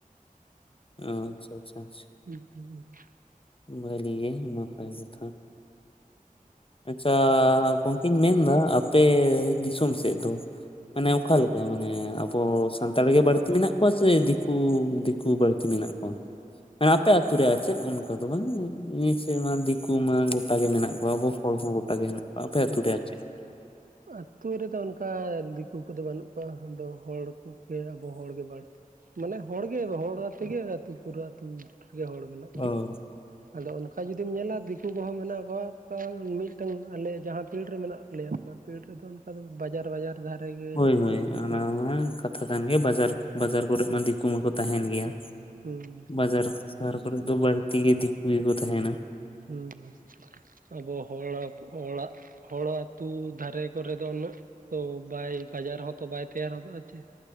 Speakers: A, on the left; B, on the right.
A: ᱚ ᱟᱪᱪᱷᱟ ᱟᱪᱷᱟ ᱟᱪᱷᱟ
B: ᱦᱩᱸ ᱦᱩᱸ
A: ᱵᱷᱟ. ᱞᱤ ᱜᱮ ᱱᱟᱯᱟᱭ ᱠᱟᱛᱷᱟ ᱟᱪᱪᱷᱟ ᱜᱚᱝᱠᱮᱧ ᱢᱮᱱᱫᱟ ᱟᱯᱮ ᱫᱤᱥᱚᱢ ᱥᱮᱫ ᱫᱚ ᱢᱟᱱᱮ
B: ᱦᱩᱸ
A: ᱚᱠᱟᱞᱮᱠᱟ ᱢᱟᱱᱮ ᱟᱵᱚ ᱥᱟᱱᱛᱟᱲ ᱜᱮ ᱵᱟᱹᱲᱛᱤ ᱢᱮᱱᱟᱜ ᱠᱚᱣᱟ ᱥᱮ ᱫᱤᱠᱩ ᱫᱤᱠᱩ ᱵᱟᱹᱲᱛᱤ ᱢᱮᱱᱟᱜ ᱠᱚᱣᱟ ᱢᱟᱱᱮ ᱟᱯᱮ ᱟᱹᱛᱩ ᱨᱮ ᱟᱨ ᱪᱮᱫ ᱚᱱᱠᱟ ᱫᱚ ᱵᱟᱝ <unintelligible> ᱢᱟ ᱫᱤᱠᱩ ᱢᱟ ᱜᱚᱴᱟ ᱜᱮ ᱢᱮᱱᱟᱜ ᱠᱚᱣᱟ ᱟᱵᱚ ᱦᱚᱲ ᱦᱚᱸ ᱜᱚᱴᱟ ᱜᱮ ᱦᱮᱱᱟᱜ ᱠᱚᱣᱟ ᱟᱯᱮ
B: ᱦᱩᱸ
A: ᱟᱛᱩ ᱨᱮ ᱟᱨ ᱪᱮᱫ
B: ᱟᱛᱳ ᱨᱮᱫᱚ ᱚᱱᱠᱟ ᱫᱤᱠᱩ ᱠᱚᱫᱚ ᱵᱟᱹᱱᱩᱜ ᱠᱚᱣᱟ ᱟᱫᱚ ᱦᱚᱲ ᱠᱚ ᱜᱮ ᱟᱵᱚ ᱦᱚᱲᱜᱮ ᱵᱟᱹᱲ ᱢᱟᱱᱮ ᱦᱚᱲᱜᱮ ᱦᱚᱲ ᱟᱛᱮᱜᱮ ᱟᱹᱛᱩ ᱯᱩᱨᱟᱹ ᱟᱹᱛᱩ ᱨᱮᱜᱮ ᱦᱚᱲ ᱢᱮᱱᱟᱜ ᱠᱚᱣᱟ
A: ᱚ
B: ᱟᱫᱚ ᱚᱱᱠᱟ ᱡᱩᱫᱤᱢ ᱧᱮᱞᱟ ᱫᱤᱠᱩ ᱠᱚᱦᱚᱸ ᱢᱮᱱᱟᱜ ᱠᱚᱣᱟ ᱢᱤᱫᱴᱟᱝ ᱟᱞᱮ ᱡᱟᱦᱟᱸ ᱯᱤᱲ ᱨᱮ ᱢᱮᱱᱟᱜ ᱞᱮᱭᱟ ᱚᱱᱟ ᱯᱤᱲ ᱨᱮᱫᱚ ᱚᱱᱠᱟ ᱫᱚ ᱵᱟᱡᱟᱨ ᱵᱟᱡᱟᱨ ᱫᱷᱟᱨᱮ ᱜᱮ
A: ᱦᱳᱭ
B: ᱫᱤᱠᱩ
A: ᱦᱳᱭ
B: ᱠᱚᱫᱚ
A: ᱚᱱᱟ
B: ᱵᱟᱹᱲᱛᱤ
A: ᱢᱟ ᱠᱟᱛᱷᱟ ᱠᱟᱱ ᱜᱮᱭᱟ ᱵᱟᱡᱟᱨ ᱵᱟᱡᱟᱨ ᱠᱚᱨᱮᱜ ᱢᱟ ᱫᱤᱠᱩ ᱢᱟᱠᱚ ᱛᱟᱦᱮᱱ ᱜᱮᱭᱟ
B: ᱦᱩᱸ
A: ᱵᱟᱡᱟᱨ ᱥᱟᱦᱟᱨ ᱠᱚᱨᱮ ᱫᱚ ᱵᱟᱹᱲᱛᱤ ᱜᱮ ᱫᱤᱠᱩ ᱜᱮᱠᱚ ᱛᱟᱦᱮᱱᱟ
B: ᱦᱩᱸ ᱟᱵᱚ ᱦᱚᱲᱟᱜ-ᱦᱚᱲᱟᱜ ᱦᱚᱲ ᱟ. ᱛᱩ ᱫᱷᱟᱨᱮ ᱠᱚᱨᱮ ᱫᱚ ᱩᱱᱟᱹᱜ ᱛᱚ ᱵᱟᱭ ᱵᱟᱡᱟᱨ ᱦᱚᱸ ᱛᱚ ᱵᱟᱭ ᱛᱮᱭᱟᱨ ᱦᱚᱫᱚᱜᱼᱟ ᱪᱮ-